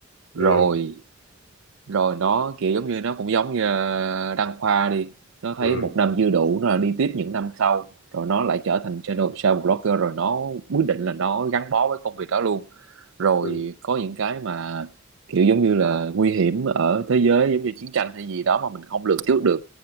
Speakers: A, on the right (about 80°); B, on the left (about 70°).
A: rồi
B: ừ.
A: rồi nó kiểu giống như nó cũng giống như ờ, đăng khoa đi nó thấy
B: ừ,
A: một năm dư đủ nó là đi tiếp những năm sau rồi nó lại trở thành channel travel blogger rồi nó quyết định là nó gắn bó với công việc đó luôn rồi
B: ừ,
A: có những cái mà kiểu giống như là nguy hiểm ở thế giới giống như chiến tranh hay gì đó mà mình không lường trước được